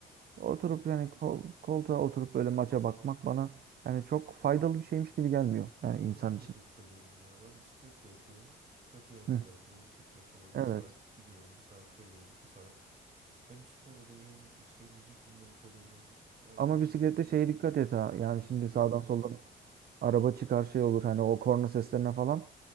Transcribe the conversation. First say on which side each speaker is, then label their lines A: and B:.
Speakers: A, on the right (about 50°); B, on the right (about 35°).
A: Oturup
B: Onu
A: yani kol, koltuğa oturup böyle maça bakmak bana yani çok faydalı bir şeymiş gibi gelmiyor yani
B: onu
A: insan
B: ben
A: için.
B: de çok seviyorum ya. Ben bisikletle yapıyorum. Takıyorum kulaklığı
A: Hı.
B: bisikletle böyle
A: Evet.
B: bir saat gidiyorum, bir saat geliyorum, iki saat. Hem spor oluyor hem işte müzik dinlemiş oluyorum. Harbiden
A: Ama
B: insanın
A: bisiklette şeye dikkat et ha. Yani
B: ruhunu,
A: şimdi sağdan
B: bedenini
A: soldan araba çıkar şey olur hani o korna seslerine falan